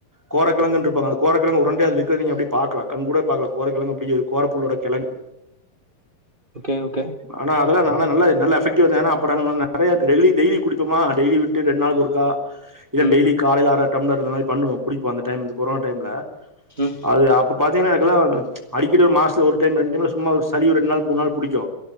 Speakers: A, in the centre; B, on the right.
A: கோரக்கெழங்குன்ருப்பாங்க அது கோரக்கெழங்கு உருண்டயா அதுல இருக்குறத நீங்க அப்டியே பாக்கல கண் கூட பாக்கல கோரக்கெழங்கு அப்டியே கோரப்பூல்லோட கெழங்கு
B: ஒகே ஒகே
A: ஆனா அதெல்லா நான்லா நல்ல நல்ல எஃபெக்டிவ்வா இருந்த அப்பற நெறைய டெய்லி டெய்லி குடிப்பமா டெய்லி விட்டு ரெண்டு நாளுக்க ஒருக்கா இத
B: ம்
A: டெய்லி
B: ம்
A: காலைல‌ அற டம்ளர் அந்த மாரி பண்ணுவோ குடிப்போ அந்த டைம்ல கொரோனா டைம்ல
B: ம்
A: அது அப்ப பாத்தீங்ன்னா எனக்கெல்லா அடிக்கிற மாஸ்த்துல ஒரு டைம் ரெண்டு டைம்ல சும்மா ஒரு சளி ஒரு ரெண்டு நாள் மூணு நாள் புடிக்கு